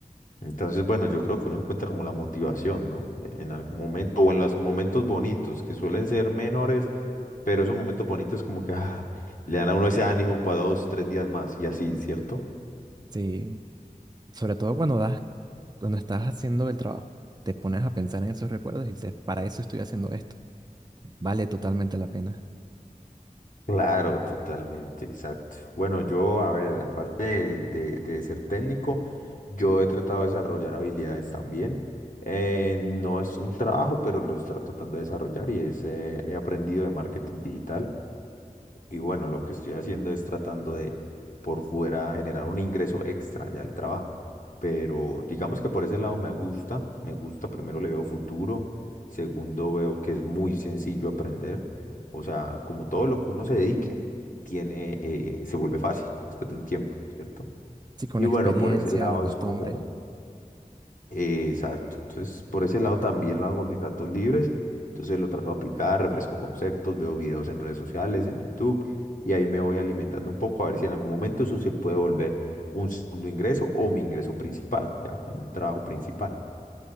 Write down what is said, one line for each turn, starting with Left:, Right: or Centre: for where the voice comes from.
Left: Entonces, bueno, yo creo que uno encuentra como la motivación, ¿no? E- En algún momento, o en los momentos bonitos, que suelen ser menores, pero esos momentos bonitos como que <laughs> ah, le dan a uno ese ánimo para dos, tres días más, y así, ¿cierto?
Right: Sí, sobre todo cuando das, cuando estás haciendo el trabajo, te pones a pensar en esos recuerdos y dices, para eso estoy haciendo esto. Vale totalmente la pena.
Left: Claro, totalmente, exacto. Bueno, yo, a ver, aparte de, de- de ser técnico, yo he tratado de desarrollar habilidades también. Eh, no es un trabajo, pero lo estoy tratando de desarrollar y es, eh, he aprendido de marketing digital. Y bueno, lo que estoy haciendo es tratando de por fuera generar un ingreso extra ya al trabajo. Pero digamos que por ese lado me gusta, me gusta, primero le veo futuro, segundo veo que es muy sencillo aprender. O sea, como todo lo que uno se dedique, tiene, eh, se vuelve fácil después de un tiempo, ¿cierto?
Right: Sí, con
Left: Y
Right: la
Left: bueno,
Right: experiencia,
Left: por ese lado
Right: la costumbre.
Left: es como, eh, Exacto. Entonces, por ese lado también lo hago en mis ratos libres. Entonces lo trato de aplicar, refresco conceptos, veo videos en redes sociales, en YouTube, y ahí me voy alimentando un poco a ver si en algún momento eso se puede volver un segundo ingreso o mi ingreso principal, ya como un trabajo principal.